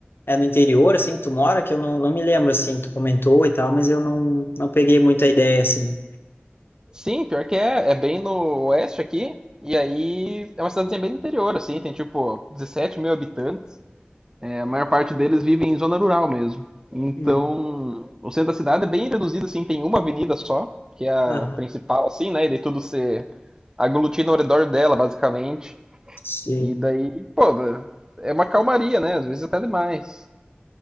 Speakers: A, on the left (about 65°); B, on the right (about 15°).
A: é no interior, assim, que tu mora, que eu não, não me lembro, assim, tu comentou e tal, mas eu não, não peguei muita ideia, assim.
B: Sim, pior que é. É bem no oeste aqui. E aí, é uma cidadezinha bem do interior, assim. Tem tipo 17 mil habitantes. É, a maior parte deles vive em zona rural mesmo. Então,
A: Uhum.
B: o centro da cidade é bem reduzido, assim, tem uma avenida só, que é a
A: Aham.
B: principal, assim, né? E daí tudo se aglutina ao redor dela, basicamente.
A: Sim.
B: E daí, pô, é uma calmaria, né? Às vezes até demais.